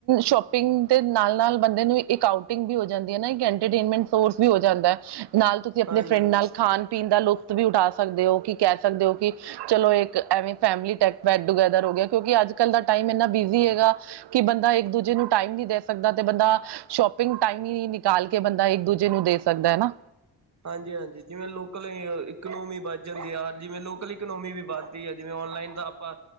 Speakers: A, on the right; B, on the right.
A: ਸ਼ੋਪਿੰਗ ਦੇ ਨਾਲ-ਨਾਲ ਬੰਦੇ ਨੂੰ ਈ ਇੱਕ ਆਊਟਿੰਗ ਵੀ ਹੋ ਜਾਂਦੀ ਹੈ ਨਾ, ਇੱਕ ਐਂਟਰਟੇਨਮੈਂਟ ਸੋਰਸ ਵੀ ਹੋ ਜਾਂਦਾ ਹੈ, ਨਾਲ ਤੁਸੀਂ ਆਪਣੇ
B: ਹਾਂਜੀ
A: ਫਰੈਂਡ ਨਾਲ ਖਾਣ ਪੀਣ ਦਾ ਲੁਫ਼ਤ ਵੀ ਉਠਾ ਸਕਦੇ ਹੋ, ਕਿ ਕਹਿ ਸਕਦੇ ਹੋ ਕਿ ਚਲੋ ਇੱਕ ਐਵੇਂ ਫੈਮਲੀ ਟੈਟ-ਬੈਟ ਟੂਗੈਦਰ ਹੋਗਿਆ, ਕਿਉਂਕਿ ਅੱਜ-ਕੱਲ ਦਾ ਟਾਈਮ ਇੰਨਾ ਬਿਜ਼ੀ ਹੈਗਾ ਕਿ ਬੰਦਾ ਇੱਕ-ਦੂਜੇ ਨੂੰ ਟਾਈਮ ਨਹੀਂ ਦੇ ਸਕਦਾ, ਤੇ ਬੰਦਾ ਸ਼ੋਪਿੰਗ ਟਾਈਮਲੀ ਨਿਕਾਲਕੇ ਬੰਦਾ ਇੱਕ-ਦੂਜੇ ਨੂੰ, ਦੇ ਸਕਦਾ ਨਾ।
B: ਹਾਂਜੀ-ਹਾਂਜੀ, ਜਿਵੇਂ ਲੋਕਲ ਇਕਨੋਮੀ ਵੱਧ ਜਾਂਦੀ ਆ, ਜਿਵੇਂ ਲੋਕਲ ਇਕੋਨੋਮੀ ਵੀ ਵੱਧ ਆ, ਜਿਵੇਂ ਔਨਲਾਈਨ ਤਾਂ ਆਪਾ